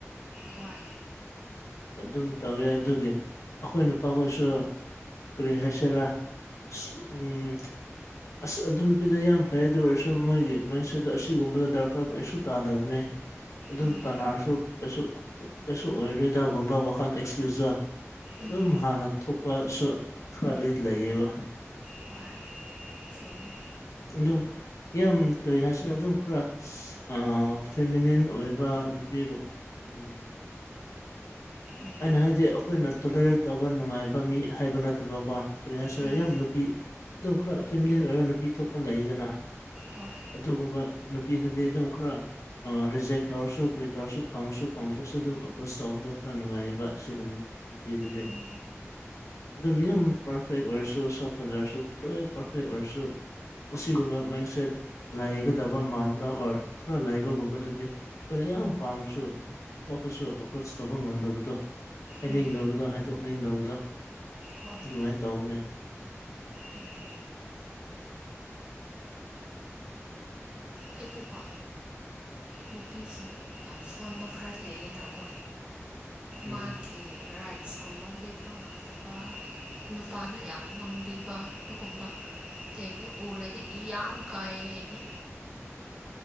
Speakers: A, on the right; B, on the left.
A: ꯍꯣꯏ
B: ꯑꯗꯨꯝ ꯇꯧꯋꯤ ꯑꯗꯨꯒꯤ ꯑꯩꯈꯣꯏ ꯅꯨꯄꯥꯈꯣꯏꯁꯨ ꯀꯔꯤ ꯍꯥꯏꯁꯤꯔ ꯑꯁ ꯎꯝ ꯑꯁ ꯑꯗꯨ ꯅꯨꯄꯤꯗ ꯌꯥꯝ ꯐꯩ ꯑꯗꯨ ꯑꯣꯏꯔꯁꯨ ꯃꯣꯏꯒꯤ ꯃꯥꯟꯁꯦꯗꯣ ꯑꯁꯤꯒꯨꯝꯕꯗ ꯗꯔꯀꯥꯔ ꯀꯔꯤꯁꯨ ꯇꯥꯗꯕꯅꯦ ꯑꯗꯨꯝ
A: ꯎꯝ
B: ꯇꯥꯟꯅꯔꯁꯨ ꯀꯩꯁꯨ ꯀꯩꯁꯨ ꯑꯣꯏꯔꯣꯏꯗꯒꯨꯝꯕ ꯋꯥꯈꯜ ꯑꯦꯛꯁꯀ꯭ꯌꯨꯁꯂꯥ ꯑꯗꯨꯝ
A: ꯎꯝ
B: ꯍꯥꯟꯅ ꯊꯣꯛꯄꯁꯨ ꯈꯔꯥ ꯂꯩꯗꯤ ꯂꯩꯌꯦꯕ
A: ꯍꯣꯢ ꯆꯨꯝꯃꯤ
B: ꯑꯗꯨꯝ ꯌꯥꯝ ꯀꯔꯤ ꯍꯥꯏꯁꯤꯔ ꯑꯗꯨꯝ ꯈꯔ ꯑꯥ ꯐꯦꯃꯤꯅꯤꯟ ꯑꯣꯏꯕ ꯅꯨꯄꯤꯒ ꯎꯝ
A: ꯎꯝ
B: ꯑꯩꯅ ꯍꯥꯏꯗꯤ ꯑꯩꯈꯣꯏꯅ ꯇꯣꯂꯦꯔꯦꯠ ꯇꯧꯕ ꯅꯨꯡꯉꯥꯏꯕ ꯃꯤ ꯍꯥꯏꯕ ꯅꯠꯇꯕꯀꯣ ꯀꯔꯤ ꯍꯥꯏꯁꯤꯔꯦ
A: ꯎꯝ
B: ꯌꯥꯝ ꯅꯨꯄꯤ ꯑꯗꯨꯝ ꯈꯔ ꯐꯦꯃꯤꯂꯤꯟ ꯑꯣꯏꯔꯒ ꯅꯨꯄꯤ ꯊꯣꯛꯄ ꯂꯩꯗꯅ
A: ꯍꯣꯏ
B: ꯑꯗꯨꯒꯨꯝꯕ ꯅꯨꯄꯤꯗꯨꯗꯤ ꯑꯗꯨꯝ ꯈꯔꯥ ꯑꯥ ꯔꯤꯖꯦꯛ ꯇꯧꯔꯁꯨ ꯀꯔꯤ ꯇꯧꯔꯁꯨ ꯐꯪꯉꯁꯨ ꯐꯪꯗ꯭ꯔꯁꯨ ꯑꯗꯨꯝ ꯑꯦꯄ꯭ꯔꯣꯁ ꯇꯧꯕꯗꯣ ꯈꯔ ꯅꯨꯡꯉꯥꯏꯌꯦꯕ ꯁꯤꯒꯨꯝꯕꯤꯗꯨꯗꯤ
A: ꯎꯝ
B: ꯑꯗꯨꯝ ꯌꯨꯝ ꯄꯥꯔꯐꯦꯛ ꯑꯣꯏꯔꯁꯨ ꯁꯛ ꯐꯥꯖꯔꯁꯨ ꯂꯣꯏ ꯄꯥꯔꯐꯦꯛ ꯑꯣꯏꯔꯁꯨ ꯑꯁꯤꯒꯨꯝꯕ ꯃꯥꯟꯁꯦꯠ ꯂꯩꯒꯗꯕ ꯃꯥꯟꯕ ꯑꯣꯔ ꯈꯔ ꯂꯩꯕꯒꯨꯝꯕꯗꯨꯗꯤ ꯑꯩꯈꯣꯏꯗ ꯌꯥꯝ ꯄꯥꯝꯔꯁꯨ ꯅꯨꯄꯥ ꯈꯣꯏꯁꯨ ꯑꯄ꯭ꯔꯣꯁ ꯇꯧꯕ ꯉꯝꯗꯕꯗꯣ ꯍꯥꯏꯅꯤꯡꯗꯕꯗꯣ
A: ꯎꯝ
B: ꯍꯥꯏꯗꯣꯛꯅꯤꯡꯗꯕꯗꯣ
A: ꯍꯣꯏ
B: ꯑꯗꯨꯃꯥꯏ ꯇꯧꯕꯅꯦ
A: ꯎꯝ ꯑꯩꯒꯤꯀꯣ ꯅꯨꯄꯤꯁꯤꯡ ꯌꯥꯝ ꯁꯣꯟꯕ ꯈꯔ ꯂꯩꯌꯦꯅꯀꯣ
B: ꯎꯝ
A: ꯃꯥꯒꯤ ꯔꯥꯏꯠ ꯁꯀꯨꯝꯕ ꯂꯦꯞꯄ ꯉꯝꯗꯕ ꯅꯨꯄꯥꯅ ꯌꯥꯝ ꯉꯝꯕꯤꯕ ꯄꯥꯒꯨꯝꯕ ꯂꯩꯕꯗꯣ ꯎꯔꯗꯤ ꯏ ꯌꯥꯝ ꯀꯥꯏꯌꯦ ꯑꯩꯗꯤ